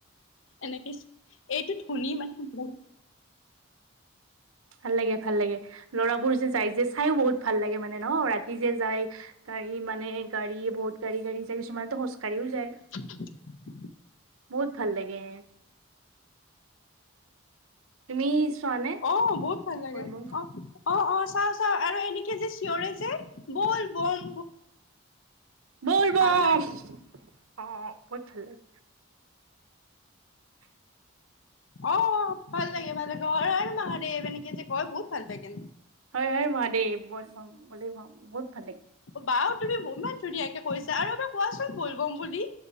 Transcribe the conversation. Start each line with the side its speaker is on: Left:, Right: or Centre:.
Left: এনেকে এইটো ধনী মানে বহু
Right: ভাল লাগে ভাল লাগে ল'ৰাবোৰ যে যায় যে চায়ো বহুত ভাল লাগে মানে ন ৰাতি যে যায় ত গাড়ী মানে গাড়ী বহুতগাড়ী গাড়ী যায় কিছুমানেতো খোজকাঢ়িও যায়
Left: <inaudible>
Right: বহুত ভাল লাগে। তুমি চোৱা নে
Left: অ বহুত ভাল লাগে
Right: বল বম
Left: অ', অ', অ। চাও চাওঁ আৰু এনেকে যে চিঞৰে যে বল বম।
Right: বল বম
Left: ভাল লাগে
Right: অ বহুত ভাল লাগে <unintelligible>
Left: অ ভাল লাগে ভাল লাগে অ হৰ হৰ মহাদেৱ এনেকে যে কয় বহুত ভাল লাগে
Right: হৰ হৰ মহাদেৱ বল বম বলে বম বহুত ভাল লাগে।
Left: বাও তুমি ইমান ধুনীয়াকে কৈছা আৰু এবাৰ কোৱাচোন বল বম বুলি